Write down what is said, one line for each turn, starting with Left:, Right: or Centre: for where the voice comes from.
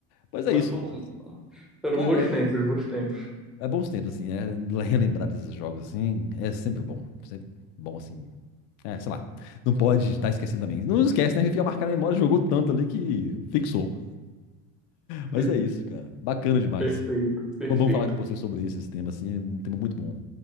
Left: Mas é
Centre: Mas
Left: isso,
Centre: foi,
Left: Lucas.
Centre: um, eram
Left: Cara,
Centre: bons
Left: é
Centre: tempos, bons tempos.
Left: É bons tempos, assim, é, <laughs> relembrar desses jogos, assim, é sempre bom. Sempre bom, assim. É, sei lá. Não pode estar esquecendo também. Não esquece, né? Que fica marcado na memória, jogou tanto ali que fixou. Mas
Centre: Sim,
Left: é isso, cara. Bacana demais,
Centre: perfeito,
Left: assim.
Centre: perfeito.
Left: Foi bom falar com você sobre esse, esse tema, assim. É um tema muito bom,